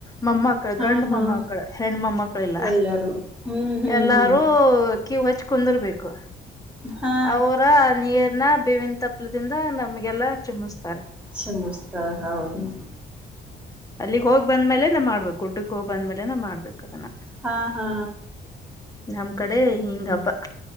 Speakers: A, on the left; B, in the centre.
A: ಮಮ್ಮಕ್ಕಳ
B: ಹಾ
A: ಗಂಡ
B: ಹಾ
A: ಮಮ್ಮಕ್ಕಳ ಹೆಣ ಮಮ್ಮಕ್ಕಳ ಇಲ್ಲ
B: ಎಲ್ಲರೂ ಹ್ಮ್ ಹ್ಮ್
A: ಎಲ್ಲಾರೂ
B: ಹ್ಮ್
A: ಕೀವು ಹಚ್ ಕುಂದಿರ್ಬೇಕು
B: ಹಾ
A: ಅವರ ನೀರ್ನ ಬೇವಿನ ತಪ್ಲದಿಂದ ನಮ್ಗೆಲ್ಲಾ ಚುಮಸ್ತ
B: ಚಿಮುಡ್ಸ್ತಾಳ ಹೌದು
A: ಹ್ಮ ಅಲ್ಲಿಗ್ ಹೋಗ್ ಬಂದ್ಮೇಲೆ ನ ಮಾಡ್ಬೇಕು ುಡ್ಡ ಸ್ಕೋಬ ಬಂದ್ಮೇಲೆ ನ ಮಾಡ್ಬೇಕ ಅದನ್ನ
B: ಹಾ ಹಾ
A: ನಮ್ಮ್ ಕಡೆ ಹಂಗ್ ಹಬ್ಬ